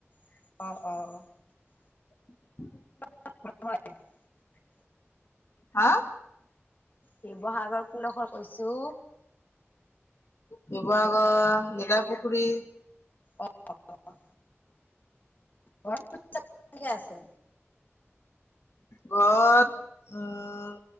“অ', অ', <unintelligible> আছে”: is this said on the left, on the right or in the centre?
Left